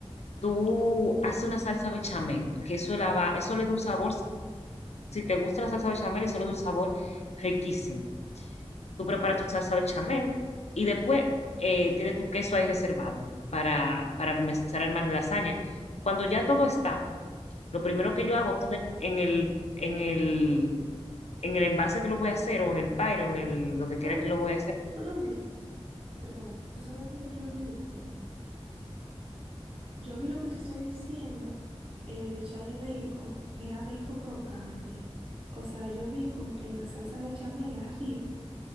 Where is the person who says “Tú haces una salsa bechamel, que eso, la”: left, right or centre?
Left